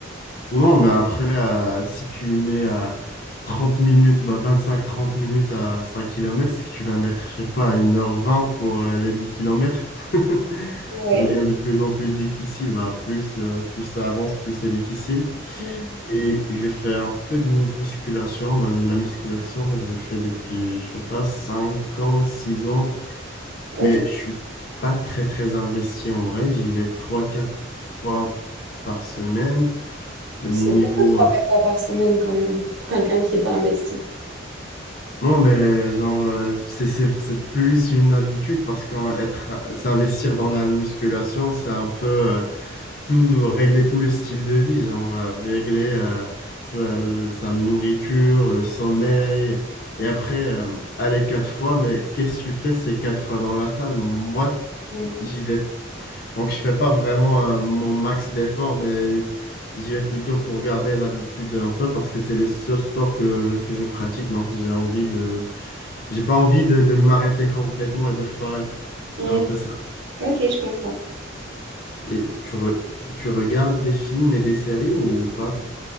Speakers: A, on the left; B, on the right.
A: Ou non, mais après, euh, si tu mets à 30 minutes, bah vingt-cinq trente minutes à 5 kilomètres c'est que tu vas mettre, je sais pas, une heure vingt pour euh, les dix kilomètres <laughs>
B: Ouais.
A: Ça devient de plus en plus difficile. Bah, plus, euh, plus ça avance, plus c'est difficile.
B: Mm.
A: Et je fais un peu de musculation. Bah, la musculation, je le fais depuis, je sais pas, 5 ans, 6 ans.
B: Ok.
A: Mais je suis pas très, très investi en vrai. J'y vais trois quatre fois par semaine. Bah,
B: C'est
A: Niveau,
B: beaucoup, trois,
A: euh,
B: quatre fois par semaine quand même, pour quelqu'un qui n'est pas investi.
A: Non, mais genre, euh, c'est c'est- c'est plus une habitude parce que être, s'investir dans la musculation, c'est un peu euh, tout, régler tout le style de vie, genre euh, régler euh, sa, sa nourriture, le sommeil. Et après, euh, aller quatre fois, mais qu'est-ce que tu fais ces quatre fois dans la salle? Moi,
B: Mm.
A: j'y vais. Donc, je fais pas vraiment euh, mon max d'efforts, mais j'y vais plutôt pour garder l'habitude un peu parce que c'est le seul sport que, que je pratique. Donc, j'ai envie de j'ai pas envie de, de m'arrêter complètement et de foirer.
B: Mm.
A: C'est un peu ça.
B: Ok, je comprends.
A: Et tu, re- tu regardes des films et des séries ou pas?